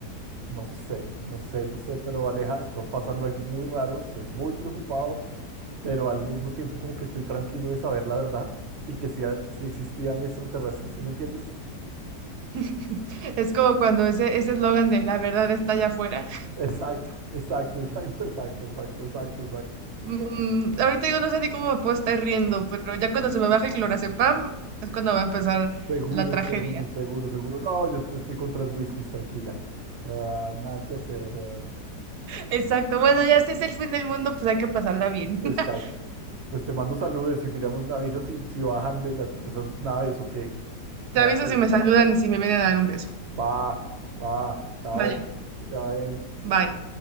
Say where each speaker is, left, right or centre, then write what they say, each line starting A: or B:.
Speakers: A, on the right; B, on the right.
A: No sé, no sé, yo sé, pero Aleja, está pasando algo muy raro, estoy muy preocupado, pero al mismo tiempo como que estoy tranquilo de saber la verdad y que sí, ha- sí existían extraterrestres, ¿sí me entiendes?
B: <laughs> Es como cuando ese ese eslogan de la verdad está allá afuera.
A: Exacto, <laughs> exacto, exacto, exacto, exacto, exacto, exacto.
B: Mm, ahorita yo no sé ni cómo me puedo estar riendo, pero ya cuando se me baje el clorazepam es cuando va a empezar
A: Seguro,
B: la tragedia.
A: seguro, seguro, seguro. No, yo te estoy con tres whiskies, tranquila. Ah, nada que hacer, o sea,
B: Exacto. Bueno, ya si es el fin del mundo, pues hay que pasarla bien.
A: exacto.
B: <laughs>
A: Pues te mando saludos y miramos, me avisas si, si bajan de las de esas naves o qué. Me
B: Te aviso
A: vas a avisar.
B: si me saludan y si me vienen a dar un beso.
A: Va, va, chao.
B: Vale,
A: Que te va bien.
B: bye.